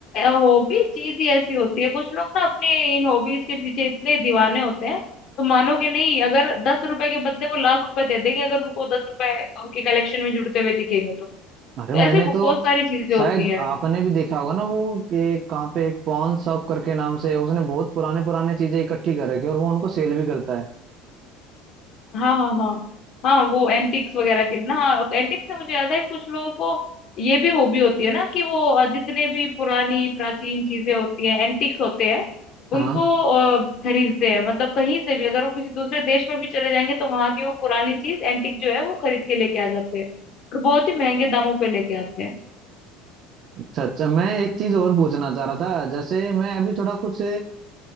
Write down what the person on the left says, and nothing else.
हॉबी चीज ही ऐसी होती है कुछ लोग ना अपने इन हॉबीज के पीछे इतने दीवाने होते हैं तो मानोगे नहीं अगर दस रुपए के बदले वो लाख रुपए दे देंगे अगर उनको दस रुपए उनके कलेक्शन में जुड़ते हुए दिखेंगे तो
ऐसे बहुत
सारी चीजें
होती हैं
हाँ हाँ हाँ हाँ वो एंटिक्स वगैरह के लिए ना एंटिक्स से मुझे याद है कुछ लोगों को ये भी हॉबी होती है ना कि वो अ, जितने भी पुरानी प्राचीन चीजें होती हैं एंटिक्स होते हैं उनको
अ, खरीदते हैं मतलब कहीं से भी अगर वो किसी दूसरे देश में भी चले जाएंगे तो वहां की वो पुरानी चीज एंटिक जो है वो खरीद के लेके आ जाते हैं और बहुत ही महंगे दामों पे लेके आते हैं